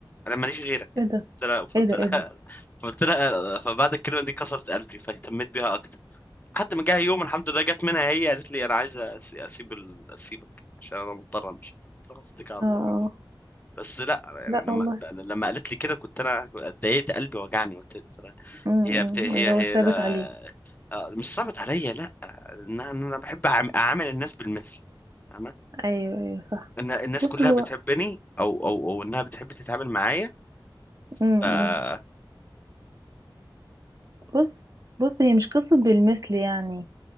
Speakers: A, on the left; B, on the right.
A: انا ماليش غيرك
B: ايه ده
A: قلت لها فقلت
B: ايه ده
A: لها
B: ايه ده
A: <laughs> فقلت لها فبعد الكلمة دي كسرت قلبي فاهتميت بيها اكتر لحد ما جه يوم الحمد لله جت منها هي قالت لي انا عايزة أس- اسيب ال- اسيبك عشان انا مضطر امشي قلت لها اتكل على
B: اه
A: الله
B: آه.
A: بس لا أنا يعني
B: لا
A: لما
B: والله
A: لما قالت لي كده كنت انا اتضايقت قلبي وجعني قلت لي ترى
B: امم
A: هي بت... هي
B: اللي هو
A: هي
B: ثابت
A: لا
B: عليه
A: آه، مش صعبت عليا لا ان انا إن أنا بحب أعم- اعامل الناس بالمثل فاهمة
B: ايوه ايوه صح
A: ان الناس
B: بص
A: كلها
B: هو
A: بتحبني او او او انها بتحب تتعامل معايا
B: امم
A: ف
B: بص بص هي مش قصة بالمثل يعني